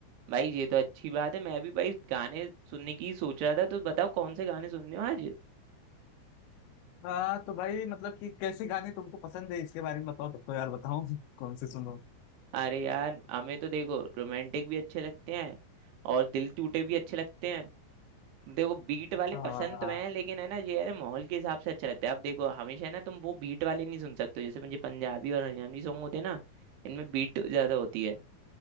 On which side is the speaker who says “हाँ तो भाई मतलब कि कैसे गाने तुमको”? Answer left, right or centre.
Left